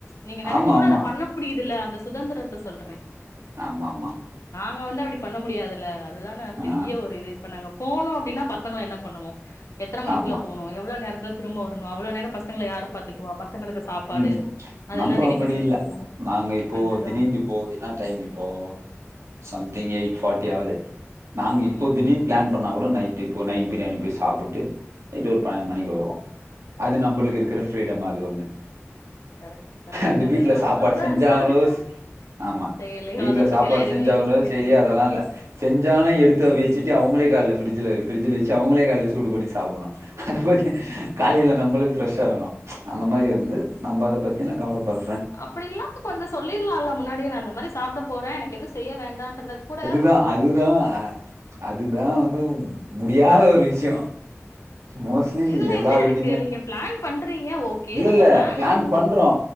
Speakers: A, on the left; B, on the right.
A: நீங்க நினச்சோன
B: ஆமா, ஆமா.
A: அத பண்ண முடியுதுல இந்த சுதந்திரத்த சொல்ற
B: ஆமாமா
A: நாங்க வந்து அப்படி பண்ண முடியாதுல்ல அதுதா பெரிய
B: ஆ,
A: ஒரு இது இப்ப நாங்க போனோ அப்டின்னா பசங்கள என்ன பண்ணனு எத்தன மணிக்குள்ள
B: ஆமா.
A: போணு எவ்ளோ நேரத்துல திரும்ப வரணு அவ்ளோ நேர பசங்கள யாரு பாத்துக்குவா பசங்களகு சாப்பாடு
B: ம்.
A: அதெல்லா
B: நம்ப
A: ரெடி
B: அப்படி
A: பண்ணி வச்சிட்டு
B: இல்ல.
A: போனு
B: நாங்க இப்போ
A: அந்ததா
B: திடீர்ன்ட்டு இப்போ என்ன டைம் இப்போ சம்திங் எயிட் பார்ட்டி ஆகுது நாங்க இப்போ
A: ம்
B: திடீர்னு பிளான் பண்ணா கூட நைட் இப்போ நைட் பிரியாணி போய் சாப்பிட்டு இட்டு ஒரு பன்னண்டு
A: ம்
B: மணிக்கு வருவோ அது நம்பளுக்கு இருக்குற ஃப்ரீடம் அது ஒன்னு
A: கரெக்ட் கரெக்ட்
B: அது
A: அதுதா
B: வீட்டுல சாப்பாடு
A: அதுதா அதா
B: செஞ்சாங்ளோ
A: அதுக்குதா அதுக்குதா
B: ஆமா
A: செயலியோ
B: வீட்ல
A: அத
B: சாப்பாடு
A: பத்திலா எதுவுமே
B: செஞ்சவங்களோ
A: யோசிக்கிறதே
B: செய்லியோ அதல்லா இல்ல செஞ்சாலு எடுத்து வச்சுட்டு அவங்களே காலைல ஃபிரிஜுலே ஃபிரிஜுலே வச்சு அவங்களே காலையில் சூடுபண்ணி சாப்புட்ணு அத பத்தி காலைல நம்பளுக்கு ஃபிரஷ் வேணு அந்த மாதுரி வந்து நம்ப அத பத்தில்லா கவலப் பட
A: அப்படி இல்லா கொஞ்ச சொல்லிடலா இல்ல முன்னாடியே நா அந்த மாரி சாப்புட போறே எனக்கு எதுவு செய்ய வேண்டாம்றதே கூடா
B: த அதுதா அதுதா வந்து முடியாத ஒரு விஷ்யோ மோஸ்லி
A: இதுல
B: எல்லாருகிட்டயுமே
A: என்ன இருக்கு நீங்க பிளான் பண்றீங்க ஓகே
B: இல்லல்ல
A: அந்த பிளான
B: ப்ளான்
A: வந்து
B: பண்றோ